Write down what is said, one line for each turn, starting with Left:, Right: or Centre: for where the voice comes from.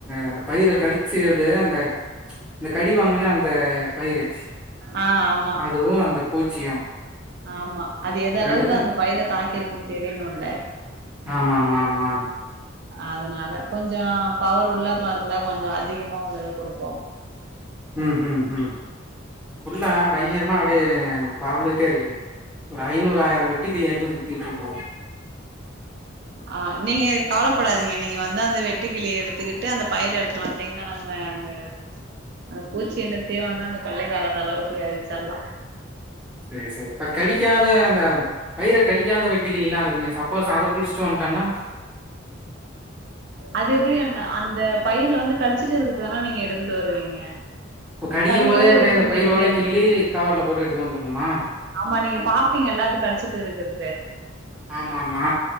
Centre: அந்த பயிர கடிச்சது அந்த இந்த கடி வாங்கினா அந்த பயிரு
Right: ஆ ஆமா
Centre: அதுவு அந்த பூச்சியு
Right: ஆமா அது எது அளவுக்கு
Centre: ரெண்டுத்து
Right: அந்த பயிர தாக்கிருக்குன்னு தெரியணுன்ல
Centre: ஆமா ஆமா ஆமா
Right: அதனால கொஞ்சோ பவர் உள்ள மருந்தா கொஞ்சோ அதிகமா உள்ளத கொடுப்போ
Centre: ம் ம் ம் ஃபுல்லா பயங்கரமா அப்டியே பறந்துகிட்டே இருக்குது ஒரு ஐநூறு ஆயிரோ வெட்டுக்கிளியாச்சு சுத்திட்டுருக்கு
Right: ஆ நீங்க கவலப்படாதீங்க நீங்க வந்து அந்த வெட்டு கிளிய எடுத்துக்கிட்டு அந்த பயிர எடுத்துட்டு வந்தீங் நம்ம அந்த அந்த பூச்சி எனத்தையே வந்து அந்த கொள்ளைக்கி வராத அளவுக்கு அளிச்சர்லா
Centre: சேரி சேரி இப்ப கடிக்காத அந்த பயிர கடிக்காத வெட்டிகிளிலா இருக்குமே சாப் சப்போஸ் அத புடுச்சிட்டு வன்ட்டனா
Right: அது எப்டி அண்ணா அந்த பயிர்ல வந்து கடிச்சிட்டு இருக்குறதுதானா நீங்க எடுத்துட்டு வருவீங்க
Centre: இப்ப கடிக்கும்
Right: கடிக்காத
Centre: போதே அப்டியே
Right: வெட்டுக்கிளி
Centre: அந்த பயிரோட
Right: எப்டி அங்க
Centre: கிள்ளி
Right: இருக்கு
Centre: கவர்ல போட்டு எடுத்துட்டு வந்துரணுமா
Right: ஆமா நீங்க பாப்பீங்கல்ல அது கடிச்சிட்டு இருக்கறது
Centre: ஆமா ஆமா